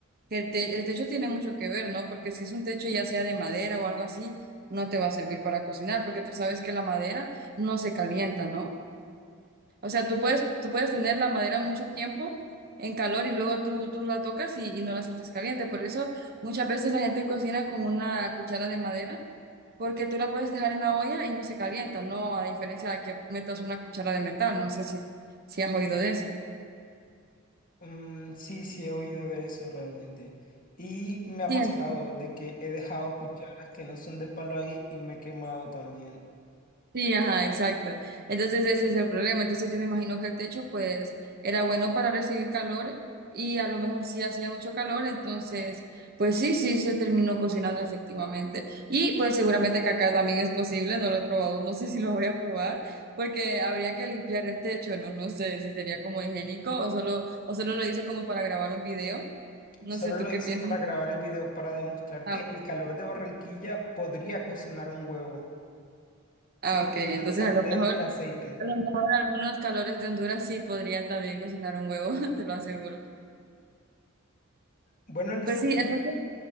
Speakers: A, on the right; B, on the left.
A: que el, te- el techo tiene mucho que ver, ¿no? Porque si es un techo ya sea de madera o algo así, no te va a servir para cocinar, porque tú sabes que la madera no se calienta, ¿no? O sea, tú puedes, tú puedes tener la madera mucho tiempo en calor y luego tú, tú la tocas y, y no la sientes caliente. Por eso muchas veces la gente cocina con una cuchara de madera, porque tú la puedes dejar en la olla y no se calienta, ¿no? A diferencia de que metas una cuchara de metal, no sé si, si has oído de eso.
B: Mm, sí, sí, he oído de eso realmente. Y me ha
A: Sí,
B: pasado
A: entonces.
B: de que he dejado cucharas que no son de palo ahí y me he quemado también.
A: Sí, ajá, exacto. Entonces ese es el problema. Entonces yo me imagino que el techo pues era bueno para recibir calor y a lo mejor sí hacía mucho calor, entonces pues sí, sí se terminó cocinando efectivamente. Y pues seguramente que acá también es posible, no lo he probado, no sé si lo voy a probar porque habría que limpiar el techo, no, no sé si sería como higiénico o solo, o solo lo hizo como para grabar un video. No
B: Solo
A: sé, ¿tú
B: lo
A: qué
B: hice
A: piensas?
B: para grabar el video para demostrar
A: Ah,
B: que el calor de Barranquilla podría cocinar un huevo
A: Ah,
B: sin necesidad
A: ok. Entonces
B: de sartén
A: a lo mejor,
B: ni de aceite.
A: a lo mejor algunos calores de Honduras sí podrían también cocinar un huevo, <laughs> te lo aseguro.
B: Bueno, Licen,
A: Pues sí, entonces,